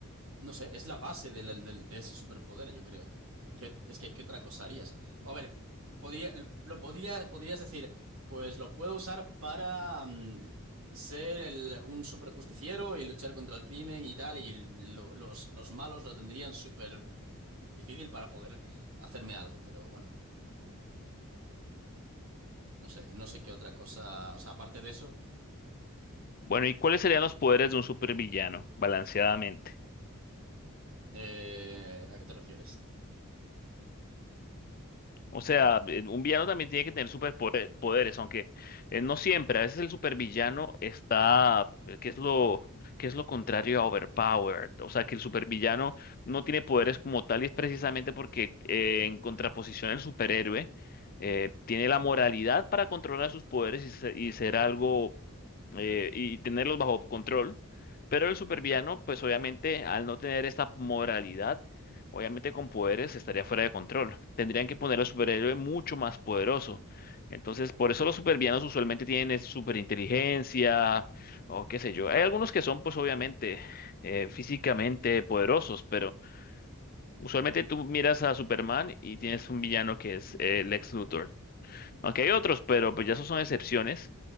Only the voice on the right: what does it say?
No sé, es la base del- del- del- de ese superpoder, yo creo. ¿Qué- es que, ¿qué otra cosa harías? A ver, podría, lo podría, podrías decir, pues lo puedo usar para mm, ser el- un superjusticiero y luchar contra el crimen y tal, y lo- los, los malos lo tendrían súper difícil para poder hacerme algo, pero bueno, no sé, no sé qué otra cosa, o sea, aparte de eso,
eh, ¿a qué te refieres?